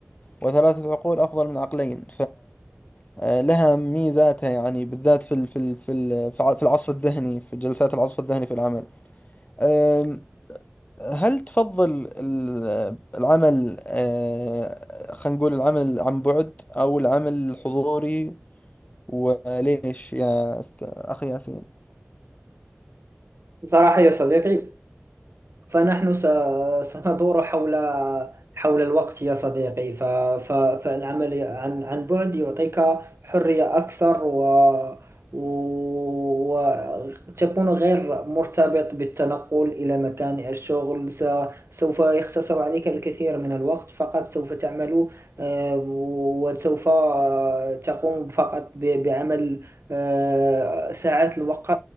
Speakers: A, on the left; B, on the right.
A: وثلاثة عقول أفضل من عقلين فلها ميزاتها يعني بالذات في ال- في ال- في ال- في العصف الذهني في جلسات العصف الذهني في العمل هل تفضل ال- العمل آه، خلينا نقول العمل عن بعد أو العمل الحضوري وليش يا أست... أخي ياسين
B: بصراحة يا صديقي فنحن س- سندور حول حول الوقت يا صديقي ف- ف- فالعمل عن عن بعد يعطيك حرية أكثر و وتكون غير مرتبط بالتنقل إلى مكان الشغل س- سوف يختصر عليك الكثير من الوقت فقط سوف تعمل آه، وسوف آه، تقوم فقط ب- بعمل آه، ساعات الوقت